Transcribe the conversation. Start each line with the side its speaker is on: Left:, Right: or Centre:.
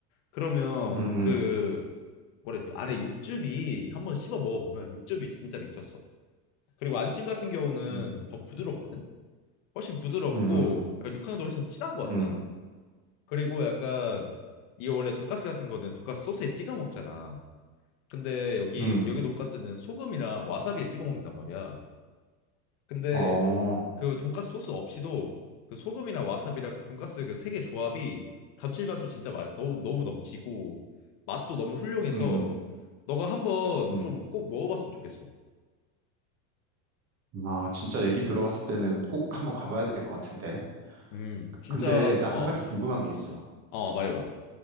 Left: 그러면
Right: 음, 음,
Left: 그 뭐라 해야 되지? 안에 육즙이 한번 씹어 먹어보면 육즙이 진짜 미쳤어. 그리고 안심 같은 경우는
Right: 음,
Left: 더 부드럽거든? 훨씬 부드럽고
Right: 음,
Left: 약간 육향도 훨씬 진한 것
Right: 음,
Left: 같아
Right: 음.
Left: 난. 그리고 약간 이거 원래 돈까스 같은 거는 돈까스 소스에 찍어 먹잖아. 근데 여기
Right: 음.
Left: 여기 돈까스는 소금이랑 와사비에 찍어 먹는단 말이야. 근데
Right: 어.
Left: 그 돈까스 소스 없이도 그 소금이나 와사비랑 그 돈까스 그 세 개 조합이 감칠맛도 진짜 맛 너무 너무 넘치고 맛도 너무 훌륭해서
Right: 음,
Left: 너가 한번
Right: 음.
Left: 좀 꼭 먹어봤으면 좋겠어.
Right: 아, 진짜 얘기 들어봤을 때는 꼭 한번 가봐야 될 것 같은데.
Left: 음, 진짜
Right: 근데 나 한
Left: 어,
Right: 가지 궁금한 게 있어.
Left: 어, 말해봐.